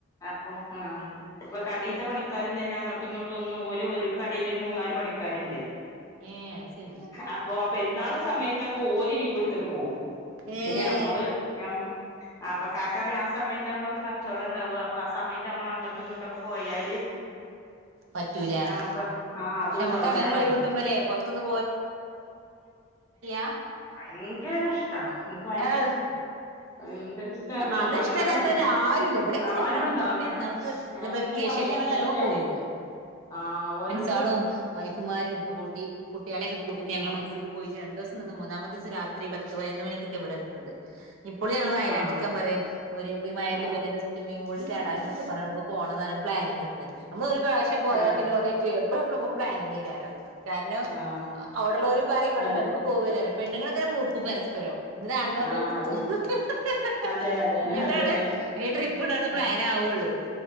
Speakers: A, on the left; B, on the right.
A: അപ്പൊ ആഹ് പ്പൊ കടീത്ത പണിക്കാരും തന്നെ അങ്ങോട്ടും ഇങ്ങോട്ടും ഒന്നും ഓരു <unintelligible> മില്ലല് മൂന്നാല് പണിക്കാരുണ്ട്
B: ഏഹ് അത് ശരി
A: അപ്പോ ആ പെരുന്നാൾ സമയത്തൊ ക്കെ ഓല് ലീവെടുത്തിട്ട് പോവും
B: ഏഹ്
A: പിന്നെ അമ്മള് ഞ അപ്പൊ കാക്കറി ആ സമയ ത്താണ് കുറച്ച് കച്ചോടംണ്ടാവാ അപ്പൊ ആ സമയത്ത് മ്മൾ അങ്ങോട്ടും ഇങ്ങോട്ടൊക്കെ പോയാല്
B: പറ്റൂലാന്ന്
A: ഞമ്മക്ക് ആഹ് അതുണ്ടാവൂല
B: ക്ഷെമ്മക്ക് അങ്ങനെരുഴിവിട്ടുമ്പോലെ
A: പറയും
B: പുറത്തുന്ന് <unintelligible> <unintelligible>
A: ഭയങ്കര ഇഷ്ട്ടാ ഇൻക് ഭയങ്കര
B: ഏഹ്
A: ഇഷ്ട്ടാ എന്തൊരിഷ്ട്ടാറിയോ
B: അത്
A: ഞങ്ങളെ
B: ഇഷ്ടമല്ലാത്തവര് ആരുമില്ല ഇവിടെയൊക്കെ
A: ആരും
B: ഞങ്ങൾ അങ്ങനെ
A: ഉണ്ടാവൂല
B: ഞങ്ങൾ പെരുന്നാൾക്ക്
A: ഞാന
B: അല്ല വെക്കേഷനിൽ
A: ങ്ങ പറയോ
B: ഞങ്ങൾ
A: ഇങ്ങനൊക്കെ
B: നല്ലോണം പോയി ഒന്ന്
A: ആ ഓരോ
B: <unintelligible> വൈഫുമാരും ക്കെ കൂട്ടി കുട്ടികളെക്കെ കുട്ടിട്ട് ഞങ്ങള്
A: ആഹ്
B: മൈസൂര് പോയിട്ട് രണ്ടു ദിവസം നിന്ന് മു മൂന്നാമത്തെ ദിസം രാത്രി പത്ത് പയിനൊന്ന് മണിക്കൊക്കെ ഇവിടെത്തുന്നത്. ഇപ്പളും ഞങ്ങള് വയനാട്ട്ക്ക്
A: ആഹ്
B: ഞാ പറയാ ഒരു ഇപ്പൊ മഴക്കെ
A: ആഹ്
B: പെയ്തെന്റെ സ്വിമ്മിങ്ങ്പൂളിൽ ചടാന് ന്നൊക്കെ പറഞ്ഞ നമുക്ക് പോണംന്ന്റഞ്ഞിട്ട് പ്ലാനിങ്ട്ട്ട്ട്ണ്ടയ്ന് നമ്മള് ഒരു പ്രാവശ്യ പോയാ
A: ആഹ്
B: പിന്നെ ഓലേറ്റ് എപ്പളും എപ്പളുംനമുക്ക് പ്ലാനിങ്ങേയ്ക്കാരം. കാരണം,
A: ആഹ് ആഹ്
B: അവിടെള്ളോരും പറീം ഇവിടെള്ള
A: അതെ
B: നമുക്ക് പോവല്ലേ പെണ്ണുങ്ങൾ ഇങ്ങനെ മൂക്കും പരസ്പരം. ന്നിട്ട് ആണുങ്ങളെ
A: ആഹ്
B: പോയി കുത്തും
A: അതന്നെ
B: ഹ് ഹ് ഹ് ഹ് ഹ് ഹ്ഹ്ഹ്
A: അതെ അതന്നെ
B: ന്നിട്ടാണ്
A: അതന്നെ
B: ഈ ട്രിപ്പ് ണ്ടന്ന്
A: ആഹ്
B: പ്ലാന് ആവുള്ളു.